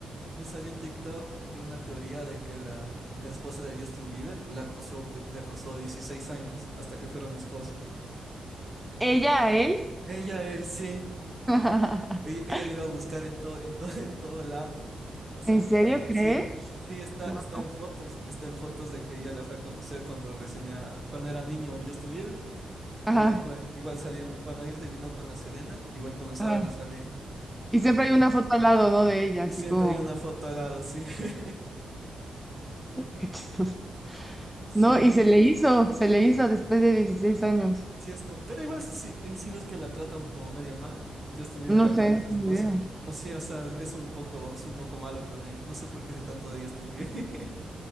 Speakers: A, on the right (about 25°); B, in the centre.
A: Me salió en TikTok de una teoría de que la, la esposa de Justin Bieber la acosó, de- la acosó 16 años hasta que fueron esposos.
B: Ella a él.
A: Ella, él, sí.
B: <laughs>
A: Ella, ella le iba a buscar en todo, en todo, <laughs> en todo lado. O sea,
B: ¿En serio crees?
A: sí, sí está,
B: Wow.
A: está en fotos. Está en fotos de que ella la fue a conocer cuando recién era, cuando era niño el Justin Bieber.
B: Ajá,
A: Y de ahí fue. Igual salieron, cuando él terminó con la Selena, igual comenzaron
B: ajá.
A: a salir.
B: Y siempre
A: Y, de-
B: hay una foto al lado, ¿no? De ella,
A: y
B: así
A: siempre
B: como,
A: hay una foto al lado, sí. <laughs>
B: <laughs> qué chistoso.
A: Sí,
B: No, y se le hizo, se le hizo después de 16 años.
A: Sí, es co- pero igual si sí, eh, sí ves que la tratan como medio mal, Justin Bieber
B: No
A: a
B: sé,
A: la, a
B: no
A: la
B: tengo
A: esposa.
B: idea.
A: O sí, o sea, es un poco, es un poco malo con ella. No sé por qué sé tanto de Justin Bieber. <laughs>